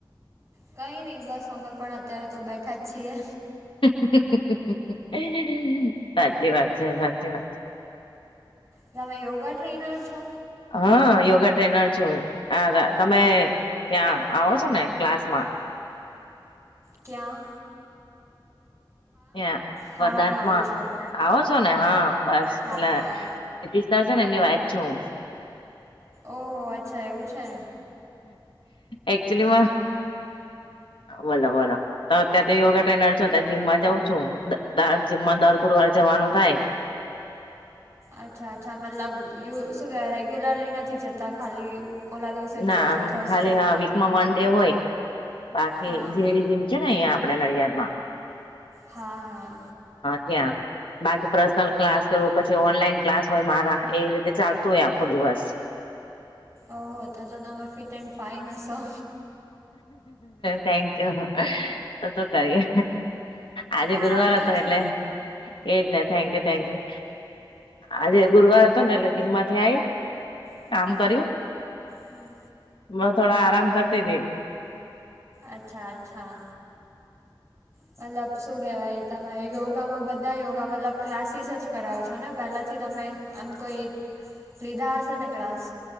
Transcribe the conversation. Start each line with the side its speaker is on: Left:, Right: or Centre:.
Right: કઈ નહી બસ અમે પણ અત્યારે તો બેઠા જ છીએ.
Left: <unintelligible> સાચી વાત છે સાચી વાત છે.
Right: તમે યોગા ટ્રેનર છો?
Left: હા યોગા ટ્રેનર છું હા હા તમે ત્યાં આવો છો ને ક્લાસ માં?
Right: ક્યા?
Left: ત્યા
Right: હા
Left: વરદાંતમાં
Right: હું આવું છું
Left: આવો છો ને હા બસ
Right: હા
Left: પેલા
Right: હા
Left: નીતીશ સર છે ને એમની વાઈફ છું.
Right: ઓહો અચ્છા એવું છે.
Left: એક્ચુલી બોલો બોલો તો અત્યારે તો યોગા ટ્રેનર છો ત્યારે જીમમાં જઉં છું જીમમાં દર ગુરુવાર જવાનું થાય.
Right: અચ્છા અચ્છા મતલબ શું કહેવાય રેગ્યુલરલી નથી જતા ખાલી ઓલા દિવસે જ
Left: ના
Right: જાઓ
Left: આમ
Right: છો થર્સડેના
Left: ખાલી હ વીકમાં વન ડે હોય બાકી
Right: હા
Left: જેડી જીમ છે ને અહીયાં નડિયાદ માં
Right: હા હા
Left: ત્યાં બાકી પર્સનલ ક્લાસ કરવું પછી ઓનલાઈન ક્લાસ હોય મારા એવી રીતે ચાલતું હોય આખો દિવસ
Right: ઓ તો તો તમે ફિટ એન્ડ ફાઈન હશો
Left: થેન્કયુ તો કરીએ આજે
Right: હા
Left: ગુરુવાર
Right: એ
Left: હતો
Right: તો છે.
Left: એટલે એજ ને થેન્કયુ થેન્કયુ આજે ગુરુવાર હતો ને એટલે જીમમાંથી આવી
Right: હમ
Left: કામ કર્યું.
Right: હમ.
Left: ન થોડો આરામ કરતી તી
Right: અચ્છા અચ્છા મતલબ શું કેહેવાય તમે યોગામાં બધા યોગા મતલબ ક્લાસીસ જ કરાવો છો ને પહેલાથી તમે આમ કોઈ કીધા હશે ને ક્લાસ